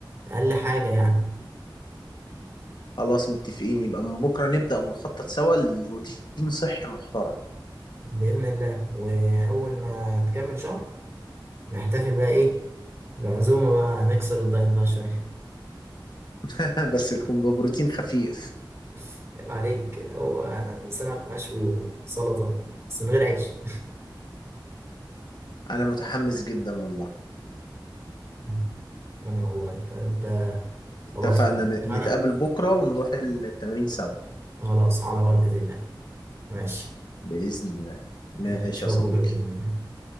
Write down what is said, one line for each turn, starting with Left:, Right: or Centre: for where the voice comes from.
Right: اقل حاجة يعني
Left: خلاص متفقين يبقى من بكرة نبدأ ونخطط سوا لروتين صحي محترم
Right: بإذن الله واول ما تكمل شهر نحتفل بقى ايه بعزومة بقى نكسر الدايت بقى شوية
Left: <laughs> بس تكون ببروتين خفيف
Right: <laughs> عيب عليك هو سمك مشوي وسلطة بس من غير عيش
Left: انا متحمس جدا والله
Right: <laughs> وانا والله طيب آه،
Left: اتفقنا
Right: خلاص
Left: ن-
Right: اتفقنا
Left: نتقابل بكرة ونروح التمرين سوا
Right: خلاص على بركة الله ماشي
Left: بإذن الله ماشي
Right: ماشي، نشوفك
Left: يا صديقي
Right: بكرة بإذن الله